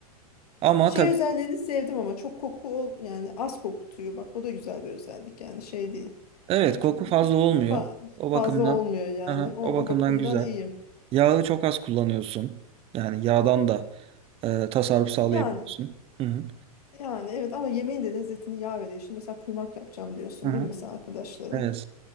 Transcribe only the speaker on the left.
Şey
özelliğini sevdim ama çok koku ol yani az kokutuyor. Bak o da güzel bir özellik yani şey değil.
Çok
mut-
mutfa
fazla olmuyor yani.
O,
o bakımdan
iyi.
Yani
yani evet ama yemeğin de lezzetini yağ veriyor. Şimdi mesela kuymak yapacağım diyorsun
değil mi mesela arkadaşlara?